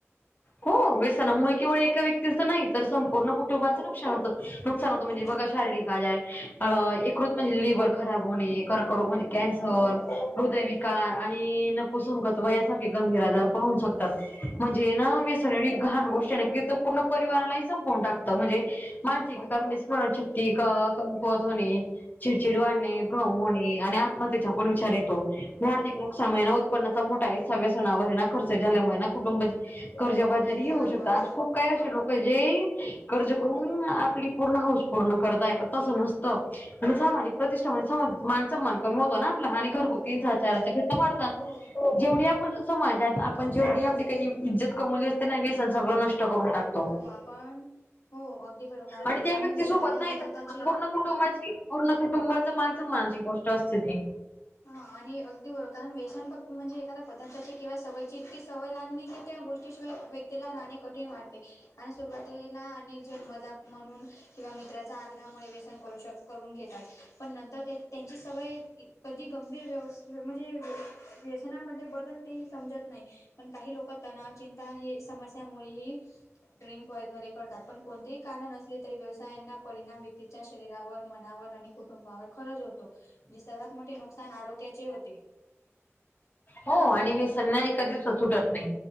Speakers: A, on the left (about 35°); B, on the left (about 85°).
A: हो... वेसनामुळे केवळ एका व्यक्तीचं नाही तर संपुर्ण कुटुंबाचं नुकसान होतं नुकसान
B: बरोबर
A: म्हणजे बघा. शारीरिक आजार अ... एकृत म्हणजे लिव्हर खराब होणे कर्करोग म्हणजे कॅनसर,
B: बरोबर
A: हृदय विकार कार आ... णि नपुसंकत्व यासारखे गंभीर आजार पण होऊन शकतात. म्हणजे ना व्यसन ही घाण गोष्ट आहे ना की पूर्ण परिवारालाही संपवून टाकतं म्हणजे मानसिकता म्हणजे स्मरणशक्ती का.. कमकुवत होणे. चिडचिड वाढणे भ्रम होणे आणि आत्महत्येचा पण विचार येतो. आर्थिक नुकसान आहेना उत्पन्नाचा मोठा हिसा व्यसनावरना खर्च झाल्यामुळे ना कुटुंब कर्जबाजारीही
B: बरोबर
A: होऊ शकतता, आज कोण काही असे लोक आहे जे.. कर्ज करून, आपली पूर्ण हौस पूर्ण करतय पण तसं नसतं. सामाजिक प्रतिष्ठा म्हणे समाजात मानस.. मासन मोजाना ना आपलं हानी घरगुती
B: अगदी
A: हिंसाचाराच्या
B: बरोबर
A: घटना वाढतात,
B: हो
A: जेवढी आपण समाजात आपण जेवढी आपली काही हिन इज्जत कमवलेली असते ना व्यसन सगळं नष्ट करून टाकत. तो..
B: हो आपण हो अगदी बरोबर कारण
A: आणि
B: व्यसन
A: त्या व्यक्ती
B: म्हणजे
A: सोबत
B: एखाद्या
A: नाही
B: पदार्थाची
A: पूर्ण कुटुंबाची पूर्ण कुटुंबाच मान -सन्मानाची गोष्ट असते ती.
B: ह आणि अगदी बरोबर कारण व्यसन फ... म्हणजे एखाद पदार्थाची किंवा सवयची इतकी सवय लागणे की त्या गोष्टी शिवाय व्यक्तीला राहणे कठीण वाटते. आणि सुरुवातीला अनेक जण मजाक म्हणून किंवा मित्राच्या आग्रहामुळे व्यसन करू शक करून घेतात नंतर ते.. त्यांची सवय कधी गंभीर व्यस... म्हणजे व्यस.. व्यस.. व्यसना बदल ते ही समजत नाही पण काही लोक तणाव चिंता हे समस्यामुळे ही ड्रिंक वगैरे करतात पण कोणत्याही कारण असले तरी व्यवसायांना परिणाम व्यक्तीच्या शरीरावर मनावर आणि कुटुंबावर खरच होतो, नी सर्वात मोठे नुकसान आरोग्याचे होते.
A: हो आणि व्यसन एका दिवसात सुटत नाही.